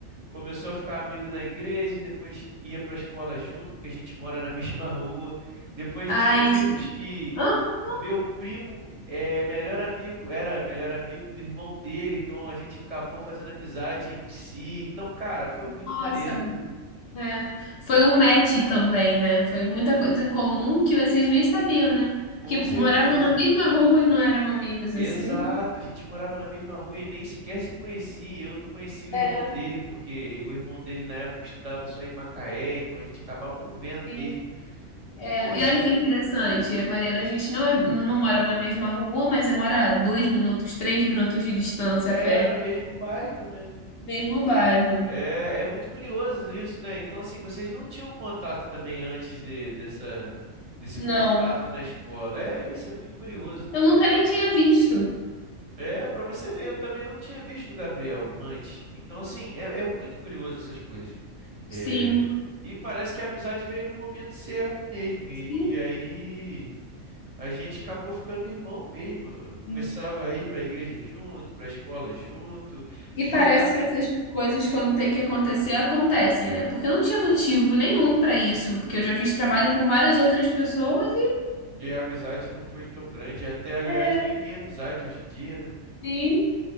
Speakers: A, on the right (about 35°); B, on the left (about 60°).
A: começou a ficar amigo na igreja, depois ia para a escola junto, porque a gente mora na <laughs> mesma rua. Depois
B: Ah,
A: descobrimos
B: isso.
A: que
B: Aham.
A: o meu primo é melhor amigo, era melhor amigo do irmão dele, então a gente acabou fazendo amizade entre si. Então, cara, foi muito
B: Nossa.
A: maneiro,
B: mu- É. Foi um match também, né? Foi muita coisa em comum que vocês nem sabiam, né?
A: com
B: Porque
A: certeza.
B: moravam na mesma rua e não eram amigos
A: Exato,
B: assim.
A: a gente morava na mesma rua e nem sequer se conhecia. Eu não conhecia o
B: É,
A: irmão dele, porque o irmão dele na época estudava só em Macaé, então a gente acabava não vendo
B: sim.
A: mesmo.
B: É,
A: Poxa,
B: e olha que interessante, eu e Mariana, a gente não, é- não mora na mesma rua, mas mora a dois minutos, três minutos de distância
A: é
B: a pé.
A: no mesmo bairro, né?
B: Mesmo bairro.
A: É, é muito curioso isso, né? Então, assim, vocês não tinham contato também antes de- dessa, desse
B: Não.
A: contato na escola. É, isso é muito curioso.
B: Eu nunca nem tinha visto.
A: É, para você ver, eu também não tinha visto o Gabriel antes. Então, assim, é, é muito curioso essas coisas.
B: Sim.
A: É, e parece que a amizade veio no momento certo mesmo. E,
B: Sim.
A: e aí a gente acabou ficando irmão mesmo. Começava
B: sim.
A: a ir para a igreja junto, para a escola junto,
B: E
A: jogar.
B: parece que essas coisas, quando tem que acontecer, acontecem, né? Porque eu não tinha motivo nenhum pra isso. Porque eu já fiz trabalho com várias outras pessoas e.
A: e a amizade não foi tão grande. Até, aliás,
B: É.
A: nem tem amizade hoje em dia, né?
B: Sim.